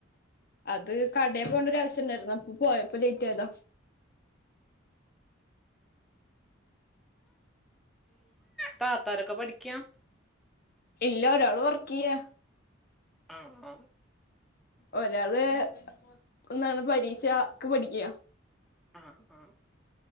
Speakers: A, on the left; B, in the centre.
A: അത് കടയിൽ പോണ്ടരാവശ്യണ്ടായിരുന്നു അപ്പ പോയപ്പോ ലേറ്റ് ആയതാ.
B: താത്താരൊക്കെ പഠിക്കാ
A: ഇല്ല ഒരാള് വർക്ക് ചെയ്യ.
B: ആ ആ
A: ഒരാള് ഒന്നാണ് പരീക്ഷ ക്ക് പഠിക്കാ
B: ആ ആ